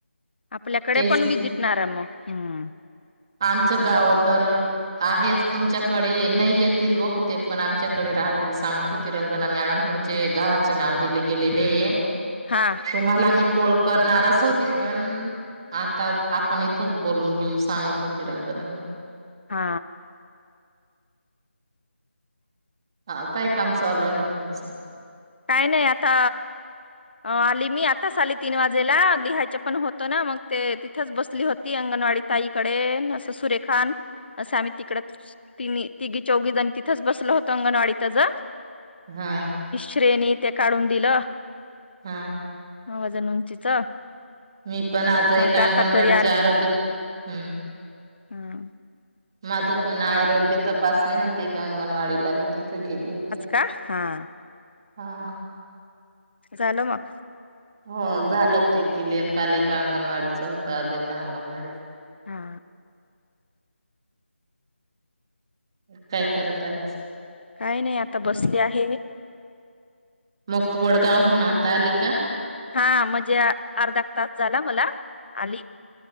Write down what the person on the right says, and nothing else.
तेच
आमचं गाव तर. आहेच तुमच्याकडे नाही येतील बहुतेक पण आमच्याकडे राहतील सांगतो रंजना मॅडम. तुमचे गावाचे नाव दिले गेलेले येय.
तुम्हाला मी कोल करणारच होती पण. आता आपण इथच बोलून घेऊ सांगत होती रंजना मॅडम.
आ काय काम चालू आहे तुमचं.
हा
हा
मी पण आज
एक अंगणवाडीचे
आरोग्य हम्
माझं पण आरोग्य तपासणी होती अंगणवाडीला मी तिथं गेली होती आज
हा
हो झालं ते क्लिअर काल एका अंगणवाडीच होतं आज एका अंगणवाडी
काय करत आहे
मग तु वडगाव हुन आता आली का?